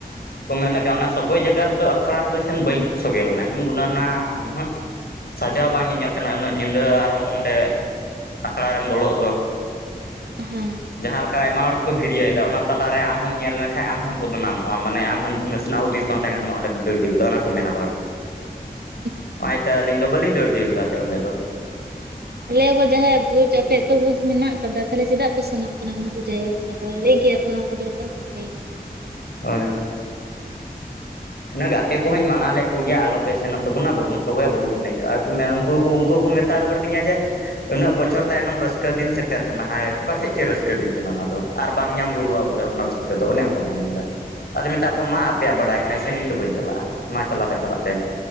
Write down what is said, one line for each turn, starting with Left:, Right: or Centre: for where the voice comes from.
Left: ᱠᱚ ᱢᱮᱱᱞᱮ ᱚᱱᱟ ᱥᱚᱜᱚᱭ ᱡᱟᱜᱟ ᱨᱮᱫᱚ ᱟᱠᱷᱲᱟ ᱨᱮᱫᱚ ᱥᱮᱱ ᱵᱟᱹᱧ ᱥᱚᱜᱮ ᱞᱮᱱᱟ ᱤᱧ ᱜᱩᱱᱟᱹᱱᱟ ᱚᱸᱦᱟᱸᱜ ᱥᱟᱡᱟᱣ ᱵᱟᱝ ᱧᱮᱧᱮᱞ ᱠᱟᱱᱟ ᱩᱱᱟᱹᱜ ᱧᱤᱫᱟᱹ ᱟᱨ ᱚᱸᱰᱮ ᱟᱠᱷᱲᱟᱨᱮᱢ ᱵᱚᱞᱚᱜ ᱫᱚ᱾
Right: ᱦᱮᱸ
Left: ᱡᱟᱦᱟᱸ ᱞᱮᱠᱟ ᱟᱭᱢᱟ ᱦᱚᱲᱠᱚ ᱵᱷᱤᱰᱤᱭᱳᱣᱮᱫᱟ ᱚᱱᱟ ᱛᱟᱞᱟᱨᱮ ᱟᱢ ᱦᱚᱸᱢ ᱧᱮᱞ ᱞᱮᱱᱠᱷᱟᱱ ᱟᱢ ᱦᱚᱸ ᱵᱚᱫᱽᱱᱟᱢᱚᱜᱼᱟ ᱢᱟᱱᱮ ᱟᱢ ᱦᱚᱸ ᱱᱟᱥᱤᱱᱟᱜ ᱦᱩᱫᱤᱥ ᱵᱟᱝ ᱠᱟᱱ ᱛᱟᱢᱟ ᱚᱸᱰᱮ ᱫᱟᱹᱲ ᱤᱫᱤ ᱠᱟᱣᱫᱟ ᱚᱱᱟ ᱠᱚ ᱢᱮᱱᱟ ᱦᱚᱲ᱾
Right: <inaudible>
Left: ᱦᱚᱸ-ᱚᱭ ᱛᱚ ᱟᱹᱞᱤᱧ ᱫᱚ ᱵᱟᱹᱞᱤᱧ ᱫᱟᱹᱲ ᱤᱫᱤᱞᱮᱫᱟ ᱛᱚ ᱚᱸᱰᱮ ᱫᱚ᱾
Right: ᱟᱞᱮᱭᱟ ᱠᱚ ᱡᱟᱦᱟᱸᱭᱟᱜ ᱵᱩᱡᱽ ᱟᱯᱮ ᱛᱚ ᱵᱩᱡᱽ ᱢᱮᱱᱟᱜ ᱟᱠᱟᱫᱟ ᱛᱟᱦᱚᱞᱮ ᱪᱮᱫᱟᱜ ᱯᱮ ᱥᱮᱱᱚᱜ ᱠᱟᱱᱟ ᱚᱱᱟ ᱠᱚ ᱡᱟᱭᱜᱟ ᱠᱚᱨᱮᱫᱚ ᱞᱟᱹᱭ ᱜᱮᱭᱟᱠᱚ᱾ <unintelligible> ᱠᱚᱠᱮ
Left: ᱦᱳᱭ ᱤᱱᱟᱹ ᱜᱟᱛᱮ ᱠᱚᱦᱚᱸᱧ ᱢᱟᱱᱟᱣ ᱞᱮᱫ ᱠᱚᱜᱮᱭᱟ ᱟᱞᱚᱯᱮ ᱥᱮᱱᱚᱜ ᱛᱟᱵᱚᱱᱟ ᱵᱟᱵᱚᱱ ᱥᱚᱜᱚᱭᱟ ᱵᱟᱵᱚᱱ ᱮᱱᱮᱡᱚᱜᱼᱟ ᱟᱨ ᱩᱱᱠᱩ ᱠᱩ ᱠᱚ ᱢᱮ ᱢᱮᱛᱟ ᱨᱩᱣᱟᱹᱲ ᱫᱤᱧᱟ ᱡᱮ ᱩᱱᱟᱹᱜ ᱵᱚᱪᱷᱚᱨ ᱛᱟᱭᱱᱚᱢ ᱨᱟᱹᱥᱠᱟᱹ ᱫᱤᱱ ᱥᱮᱴᱮᱨ ᱠᱟᱱᱟ ᱦᱟᱭ ᱚᱠᱟᱴᱷᱮᱜ ᱪᱮ ᱨᱟᱹᱥᱠᱟᱹ ᱫᱤᱱ ᱠᱟᱱᱟ ᱚᱱᱟ ᱫᱚ᱾ ᱟᱨ ᱵᱟᱝ ᱧᱟᱢ ᱨᱩᱣᱟᱹᱲᱚᱜᱼᱟ ᱵᱚᱞᱮ ᱚᱱᱟ ᱨᱟᱹᱥᱠᱟᱹ ᱫᱚ ᱚᱱᱮ ᱚᱱᱠᱟ ᱠᱚ ᱢᱮᱱᱫᱟ ᱟᱫᱚ ᱢᱮᱛᱟᱜ ᱠᱚᱣᱟ ᱢᱟ ᱟᱯᱮᱭᱟᱜ ᱵᱟᱰᱟᱭ ᱠᱟᱱᱟ᱾ ᱥᱮᱱᱤᱧ ᱫᱚ ᱵᱟᱹᱧ ᱪᱟᱞᱟᱜᱼᱟ ᱢᱟ ᱪᱟᱞᱟᱣ ᱠᱷᱟᱭᱜ ᱪᱟᱞᱟᱜ ᱯᱮ᱾